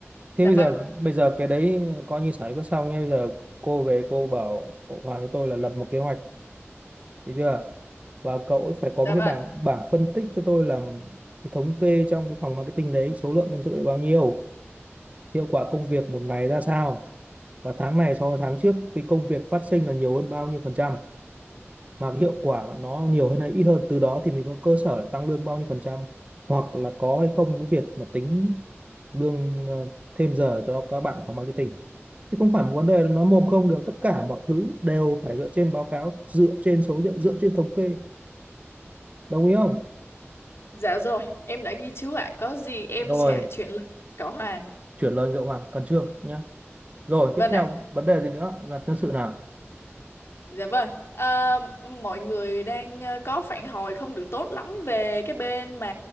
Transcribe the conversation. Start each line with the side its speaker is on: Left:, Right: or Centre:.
Right: Thế
Left: dạ
Right: bây
Left: vâng
Right: giờ bây giờ cái đấy coi như xảy có xong nhá. Bây giờ cô về cô bảo cậu Hoàng cho tôi là lập một kế hoạch, được chưa? Và cậu ấy phải có
Left: dạ
Right: một
Left: vâng
Right: cái bảng bảng phân tích cho tôi làm cái thống kê trong cái phòng marketing đấy số lượng nhân sự là bao nhiêu hiệu quả công việc một ngày ra sao và tháng này so với tháng trước cái công việc phát sinh là nhiều hơn bao nhiêu phần trăm mà cái hiệu quả nó nhiều hơn hay ít hơn từ đó thì mình có cơ sở để tăng lương bao nhiêu phần trăm hoặc là có hay không cái việc mà tính lương ờ, thêm giờ cho các bạn phòng marketing chứ không phải một vấn đề nó mồm không được tất cả mọi thứ đều phải dựa trên báo cáo dựa trên số liệu dựa trên thống kê đồng ý không
Left: Dạ rồi, em đã ghi chú ạ. Có gì em
Right: rồi
Left: sẽ lại chuyển lên cậu Hoàn.
Right: chuyển lời Ngựa Hoàng cần trước nhá rồi
Left: Vâng
Right: tiếp theo
Left: ạ.
Right: vấn đề gì nữa là nhân sự nào
Left: Dạ vâng. Ờ, mọi người đang ờ, có phản hồi không được tốt lắm về cái bên mà